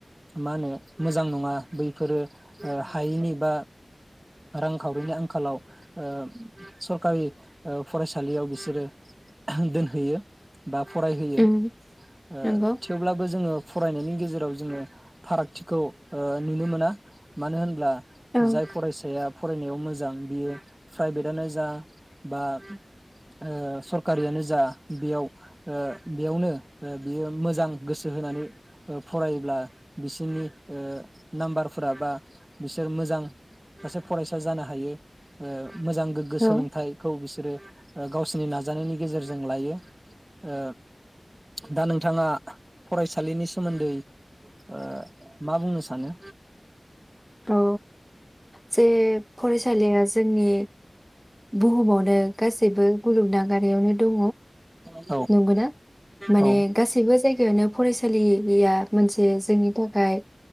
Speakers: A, on the right (about 30°); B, in the centre.
A: मा होनो- मोजां नङा बैफोरो ओ हायैनि बा रांखावरिनि आंखालाव ओ सरखारि ओ फरायसालियाव बिसोरो दोनहैयो। बा फरायहोयो
B: उम
A: ओ
B: नंगौ
A: थेवब्लाबो जोङो फरायनायनि। गेजेराव जोङो फारागथि। खौ ओ नुनो मोना मानो होनब्ला-
B: औ
A: जाय फरायसाया फरायनायाव मोजां बियो प्राइभेटनो जा बा ओ सरखारियानो जा बेयाव ओ बेयावनो बियो मोजां गोसो होनानै ओ फरायोब्ला बिसोरनि। ओ नाम्बारफोरा बा बिसोर मोजां सासे फरायसा जानो हायो ओ। मोजां गोग्गो
B: औ
A: सोलोंथाइखौ बिसो सोरो ओ गावसिनि नाजानायनि गेजेरजों लायो ओ दा नोंथाङा फरायसालिनि सोमोन्दै ओ मा बुंनो सानो?
B: औ जे फरायसालिया जोंनि बुहुमावनो गासैबो मुलुगनाङारियावनो दङ
A: <inaudible>
B: नंगौना? माने
A: औ
B: गासैबो जायगायावनो फरायसालि लिया मोनसे जोंनि थाखाय